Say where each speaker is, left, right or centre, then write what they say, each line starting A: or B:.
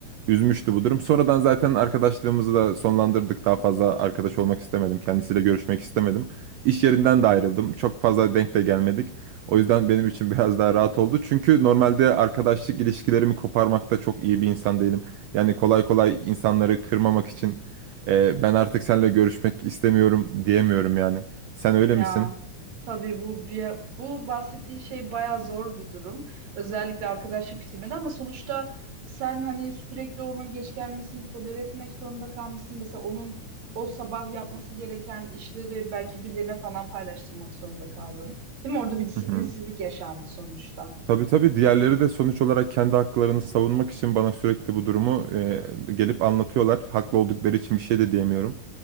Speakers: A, on the right; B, on the right.
A: üzmüştü bu durum. Sonradan zaten arkadaşlığımızı da sonlandırdık. Daha fazla arkadaş olmak istemedim. Kendisiyle görüşmek istemedim. İş yerinden de ayrıldım. Çok fazla denk de gelmedik. O yüzden benim için <laughs> biraz daha rahat oldu. Çünkü normalde arkadaşlık ilişkilerimi koparmakta çok iyi bir insan değilim. Yani kolay kolay insanları kırmamak için e, ben artık seninle görüşmek istemiyorum diyemiyorum yani. Sen öyle
B: Ya
A: misin?
B: tabii bu bir, bu bahsettiği şey bayağı zor bir durum. Özellikle arkadaşlık bitirmede ama sonuçta sen hani sürekli onun geç gelmesini tolere etmek zorunda kalmışsın. Mesela onun o sabah yapması gereken işleri belki birilerine falan paylaştırmak zorunda kaldın. Değil mi? Orada bir disiplinsizlik
A: Hı hı.
B: yaşandı sonuçta.
A: Tabii tabii diğerleri de sonuç olarak kendi haklarını savunmak için bana sürekli bu durumu e, gelip anlatıyorlar. Haklı oldukları için bir şey de diyemiyorum.